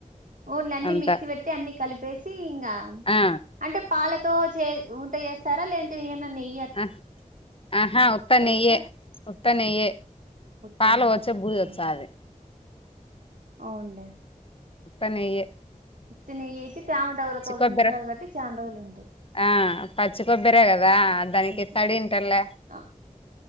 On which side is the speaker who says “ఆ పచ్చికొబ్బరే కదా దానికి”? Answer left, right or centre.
Left